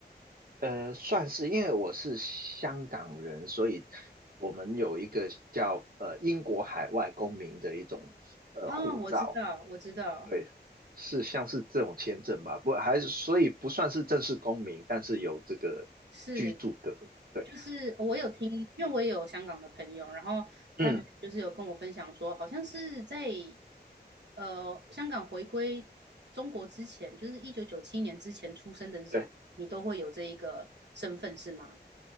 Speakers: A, on the right; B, on the right.
A: 呃，算是，因为我是香港人，所以我们有一个叫呃英国海外公民的一种呃护照，
B: 哦，我知道，我知道。
A: 对，是像是这种签证吧，不还是所以不算是正式公民，但是有这个居住的，
B: 是，
A: 对，
B: 就是我有听，因为我也有香港的朋友，然后他们就是有跟我分享说，
A: 嗯，
B: 好像是在呃香港回归中国之前，就是一九九七年之前出生的人，
A: 对，
B: 你都会有这一个身份是吗？